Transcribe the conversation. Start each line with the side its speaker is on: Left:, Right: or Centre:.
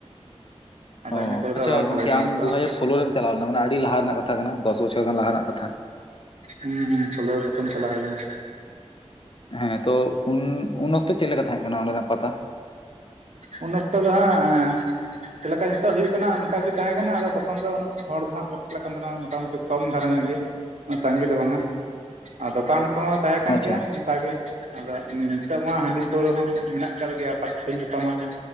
Right: ᱟᱫᱚ
Left: ᱚᱸᱻ
Right: ᱤᱱᱟᱹ ᱯᱚᱨᱮ ᱫᱚ
Left: ᱟᱪᱪᱷᱟ
Right: ᱵᱟᱝ ᱪᱟᱞᱟᱣ
Left: ᱜᱚᱝᱠᱮ
Right: ᱦᱩᱭ ᱠᱟᱱᱟ
Left: ᱟᱢ
Right: ᱱᱤᱛᱚᱜ
Left: ᱫᱩ ᱦᱟᱡᱟᱨ ᱥᱳᱞᱳ ᱨᱮᱢ ᱪᱟᱞᱟᱣ ᱞᱮᱱᱟ᱾ ᱚᱱᱟ ᱟᱹᱰᱤ ᱞᱟᱦᱟ ᱨᱮᱱᱟᱜ ᱠᱟᱛᱷᱟ ᱠᱟᱱᱟ᱾ ᱫᱚᱥ ᱵᱚᱪᱷᱚᱨ ᱜᱟᱱ ᱞᱟᱦᱟ ᱨᱮᱱᱟᱜ ᱠᱟᱛᱷᱟ᱾
Right: ᱦᱩᱸ ᱦᱩᱸ ᱥᱳᱞᱳ ᱨᱮ ᱯᱨᱚᱛᱷᱚᱢ ᱪᱟᱞᱟᱣ ᱦᱩᱭ ᱞᱮᱱᱟ᱾
Left: ᱦᱮᱸ ᱛᱚ ᱩᱱ ᱩᱱ ᱚᱠᱛᱚ ᱪᱮᱫ ᱞᱮᱠᱟ ᱛᱟᱦᱮᱸ ᱠᱟᱱᱟ ᱚᱸᱰᱮᱱᱟᱜ ᱯᱟᱛᱟ?
Right: ᱩᱱ ᱚᱠᱛᱚ ᱫᱚ ᱦᱟᱸᱜ ᱪᱮᱫ ᱞᱮᱠᱟ ᱱᱤᱛᱚᱜ ᱦᱩᱭᱩᱜ ᱠᱟᱱᱟ ᱚᱱᱠᱟ ᱜᱮ ᱛᱟᱦᱮᱸ ᱠᱟᱱᱟ᱾ ᱟᱫᱚ ᱛᱚᱠᱷᱚᱱ ᱫᱚ ᱩᱱᱟᱹᱜ ᱦᱚᱲ ᱫᱚ ᱦᱟᱸᱜ ᱵᱟᱠᱚ <unintelligible> ᱢᱚᱴᱟᱢᱩᱴᱤ ᱠᱚᱢ ᱫᱷᱟᱨᱟ ᱧᱚᱜ ᱜᱮ, ᱩᱱᱟᱹᱜ ᱥᱟᱸᱜᱮ ᱫᱚ ᱵᱟᱝᱟ ᱟᱨ ᱫᱚᱠᱟᱱ ᱠᱚᱦᱚᱸ ᱛᱟᱦᱮᱸ ᱠᱟᱱ
Left: ᱟᱪᱪᱷᱟ
Right: ᱜᱮᱭᱟ ᱚᱱᱠᱟ ᱜᱮ᱾ ᱟᱫᱚ ᱱᱤᱛᱚᱜ ᱢᱟ ᱦᱟᱺᱰᱤ ᱯᱟᱹᱣᱨᱟᱹ ᱦᱚᱸ ᱢᱮᱱᱟᱜ ᱠᱟᱫ ᱜᱮᱭᱟ᱾ <unintelligible> <unintelligible>